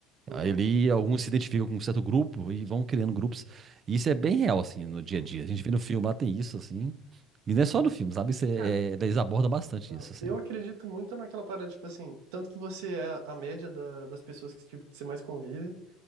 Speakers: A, on the right; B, on the right.
A: uhum,
B: Ele, alguns se identificam com um certo grupo e vão criando grupos. E isso é bem real, assim, no dia
A: uhum.
B: a dia. A gente vê no filme lá, tem isso, assim. E não é só no filme, sabe? Isso é,
A: Cara.
B: é- eles abordam bastante
A: Uhum.
B: isso, assim.
A: Eu acredito muito naquela parada, tipo assim, tanto que você é a média da- das pessoas que tipo, você mais convive,